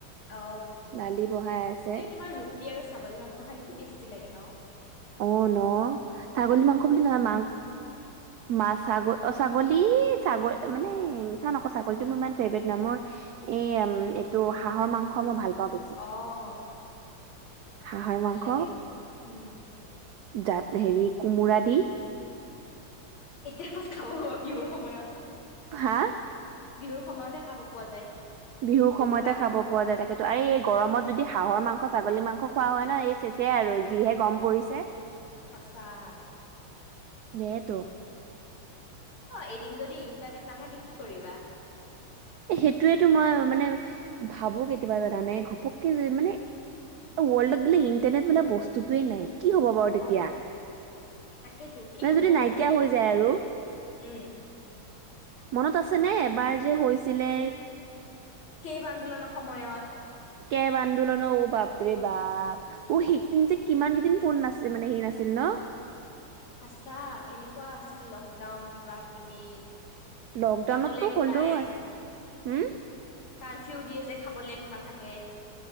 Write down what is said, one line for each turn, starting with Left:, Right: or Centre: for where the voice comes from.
Left: অ'!
Right: দালি বহাই আছে
Left: এই তোমাৰ ৰুটি আৰু ছাগলী মাংস খায় কি টেষ্টি লাগে ন'।
Right: অ'! ন', ছাগলী মাংস বুলি নহয়, মাংস মা ছাগ অ'! ছাগলী, ছাগলী মানে, মিছা নকৌ। ছাগলীটো মোৰ ইমান ফেভৰেট নহয়। মোৰ এই এইটো হাঁহৰ মাংস মই ভাল পাওঁ বেছি
Left: অ'!
Right: হাঁহৰ
Left: ভাল
Right: মাংস
Left: লাগে। উম!
Right: জাত হেৰি, কোমোৰা দি।
Left: এতিয়া <unintelligible> খাব বিহুৰ সময়ত।
Right: হা!
Left: বিহুৰ সময়তে খাব পোৱা যায়।
Right: বিহুৰ
Left: উৰুকা
Right: সময়তে খাব পোৱা যায়। তাকেতো আৰু এই গৰমত যদি হাঁহৰ মাংস, ছাগলী মাংস, খোৱা হয় ন'। এই চেচেআই আৰু যিহে গৰম পৰিছে।
Left: হচা <unintelligible>
Right: দে এইটো?
Left: অ'! এদিন যদি ইণ্টাৰনেট নাথাকে, কি কৰিবা?
Right: এ, সেইটৱেতো মই মানে, ভাবোঁ কেতিয়াবা জানানে। ঘপককে‌ যে মানে ৱৰ্ল্ডত বোলে ইন্টাৰনেট বো বস্তুটোৱে নাই কি হ'ব বাৰু তেতিয়া
Left: অ
Right: <unintelligible>
Left: তাকেতো কি
Right: মানে
Left: হ'ব?
Right: যদি নাইকিয়া হৈ যায় আৰু।
Left: উম,
Right: মনত আছেনে এবাৰ যে হৈছিলে।
Left: কেইব আন্দোলনৰ সময়ত।
Right: কেব আন্দোলন অঁ বাপৰে বাপ। অঁ সেই দিন যে কিমান কেইদিন ফোন নাছে মানে হেই নাছিল ন? <inaudible>
Left: আছা কেনেকুৱা আছিল লকডাউন কিবা কিবি
Right: লকডাউনতটো
Left: খাবলে একো
Right: হ'লেও
Left: নাই
Right: আছিল হম
Left: কাৰফিউ দিয়ে যে খাবলৈ একো নাথাকে